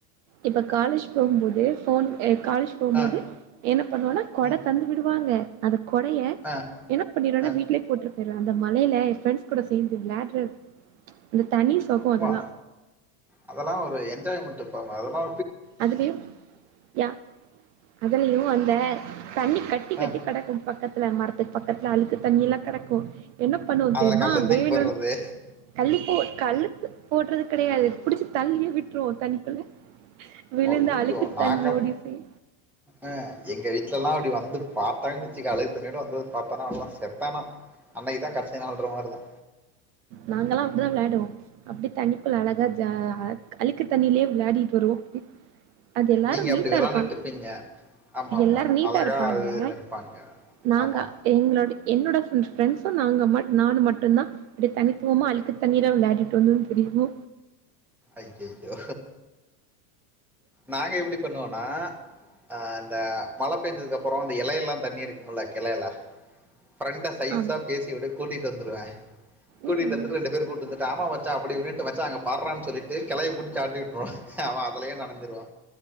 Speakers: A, on the right; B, in the centre.
A: இப்ப காலேஜ் போகும்போது ஃபோன் எப் காலேஜ் போகும்போது
B: ஆ,
A: என்ன பண்ணுவோனா கொட
B: ம்,
A: தந்து விடுவாங்க அத கொடைய
B: ஆ,
A: என்ன பண்ணிருவேனா
B: ஆ.
A: வீட்லயே போட்ருப் பொய்றுவ அந்த மழைல என் பிரெண்ட்ஸ் கூட சேந்து விளாட்றது அந்த தனி சொகோ
B: ஆமா
A: அதெல்லா
B: அதெலா ஒரு என்ஜாய்மெண்ட்டு <unintelligible> அதெல்லா
A: அதுலயு யா அதுலயு அந்த தண்ணி கட்டி கட்டி
B: ஆ,
A: கடக்கு பக்கத்துல மரத்துக் பக்கத்துல அழுக்கு தண்ணியில்லா கெடக்கு என்ன பண்ணுவோ
B: அதுல
A: தெரியுமா
B: கல்லு தூக்கி
A: வேணுனு
B: போடுறது
A: கல்லி போ கல்ல போட்றதுக் கிடையாது புடிச்சுப் தள்ளியே விட்ருவோ தண்ணிக்குள்ள விழுந்து
B: ஐயயோ
A: அழுக்கு
B: நாங்கப்
A: தண்ணியோடி சேந்து
B: ஆ எங்க வீட் ட்ல லா அப்டி வந்து பாத்தாங்கனு வச்சிக்க அழகு தண்ணீயோட வந்தத பாத்தா நா அவ்ளோதா செத்த நா அன்னைக்குதா கடைசி நாள்ன்ற மாரி தா
A: நாங்கல்லா அப்டிதா விளையாடுவோ அப்டி தண்ணக்குள்ள அழகா ஜா அழுக்கு தண்ணியிலயே விளையாடிட்டு வருவோ அது எல்லாரு
B: நீங்க
A: நீட்டா
B: அப்படி விளாண்டுட்டு
A: இருப்பாங்க
B: இருப்பீங்க ஆமா ஆமா
A: எல்லாரு நீட்டா
B: அழகா
A: இருப்பாங்க
B: அது இருப்பாங்க
A: நாங்க
B: ஆமா
A: எங்களோட என்னோட பிரண்ட்ஸ் ப்ப நாங்க மட் நானு மட்டுதா அப்டி தனித்துவமா அழுக்கு தண்ணீரா விளையாடிட்டு வந்தேனு தெரிவோ
B: ஐய்யயோ நாங்க எப்டிப் பண்ணுவனா ஆ இந்த மழ பெஞ்சதுக்கு அப்பறோ அந்த எலையெல்லா தண்ணிரி குமுள்ள கெளையெல்லா பிரண்ட்ட சய்சா
A: ஆம்
B: பேசி விடு கூட்டிவந்துருவ கூட்டிட்
A: ம்
B: வந்துட்டு ரெண்டு பேரும் கூட்வந்து ஆமா வந் மச்சா அப்டி இப்டின்டு மச்சா அங்க பார்ரான்னு சொல்லிட்டு கெளைய புடுச்சு ஆட்டி விட்ருவோ அவ அதுலயே நெனஞ் சிருவா